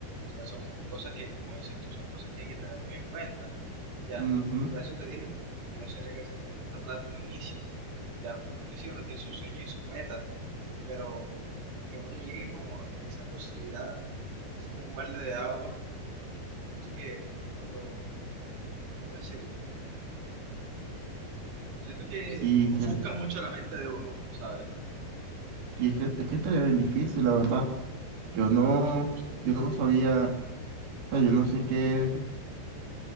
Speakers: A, on the right (about 75°); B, on the right (about 55°).
A: o sea, son cosas que, como dices tú, son cosas que hay que tener muy en cuenta, ya,
B: ujú,
A: por eso te dije, como, yo no sabía qué hacer con tanta plata un inicio, ya, porque sí, uno tiene sus sueños y sus metas, pero que uno le llegue como esa posibilidad, así como un balde de agua, siento que no lo, ¿cómo decirlo? Siento que
B: sí,
A: ofusca
B: Feli,
A: mucho la mente de uno, ¿sabes?
B: sí, es que, es que estaría bien difícil, la verdad. Yo no,
A: Mucho, mucho.
B: yo no sabía, o sea, yo no sé qué,